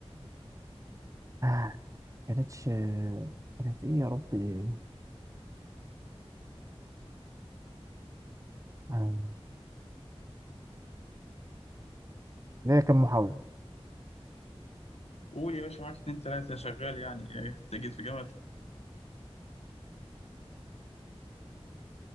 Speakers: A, on the right; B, on the left.
A: آه، كانتش كانت ايه يا ربي مم. هي كان محاولة
B: قول يا باشا معاك اتنين تلاتة شغال يعني إيه، انت جيت في جمل